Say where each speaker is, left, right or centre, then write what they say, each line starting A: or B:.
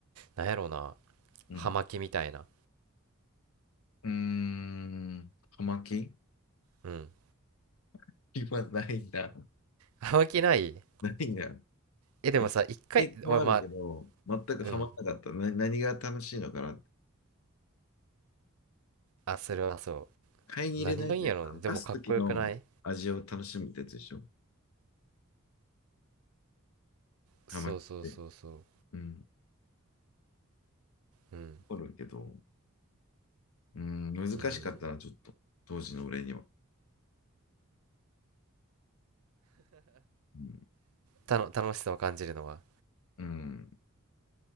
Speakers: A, on the right; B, on the left.
A: なんやろうな
B: うん。
A: 葉巻みたいな
B: うーん、葉巻
A: うん
B: <laughs> 今ないんだ。
A: 葉巻ない
B: 何が、い
A: え、でもさ、
B: や経験はあるけど、
A: 一回、おまあ、
B: 全くハマらなかった。
A: うん。
B: な、何が楽しいのかなって。
A: あ、それはそ
B: 買いに入れないやつでしょ。
A: う。何がいいんやろうね。
B: あの出す時の味を楽しむってやつでしょ。
A: でもかっこよくないそうそうそうそ
B: ハマって。うん。
A: う。うん。
B: 怒るけど、うん、難しかったな、
A: うん。
B: ちょっと。当時の俺には。うん。
A: たの、楽しさを感じるのは。
B: うん